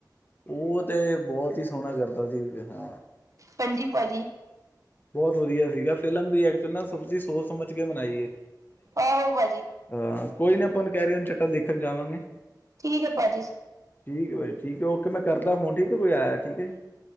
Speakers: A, on the left (about 25°); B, on the right (about 45°).
A: ਓ ਤੇ ਬੋਤ ਈ ਸੋਹਣਾ ਕਰਦਾ ਸੀ ਹਾਂ।
B: ਹਾਂਜੀ ਭਾਜੀ
A: ਬੋਤ ਵਧੀਆ ਸੀਗਾ, ਫਿਲਮ ਵੀ ਐਕਚੁਅਲ ਨਾ, ਸੱਚੀ ਸੋਚ ਸਮਝ ਕੇ ਬਨਾਈ ਏ।
B: ਆਹੋ ਭਾਜੀ।
A: ਹਾਂ, ਕੋਈ ਨੀ ਆਪਾਂ ਹੁਣ, ਕੈਰੀ ਓਨ ਜੱਟਾ ਦੇਖਣ ਜਾਵਾਂਗੇ।
B: ਠੀਕ ਹੈ, ਭਾਜੀ।
A: ਠੀਕ ਹੈ ਭਾਈ, ਠੀਕ ਹੈ ਓਕੇ, ਮੈਂ ਕਰਦਾ ਫੋਨ ਠੀਕ ਹੈ, ਕੋਈ ਆਇਆ, ਠੀਕ ਹੈ ਜੀ,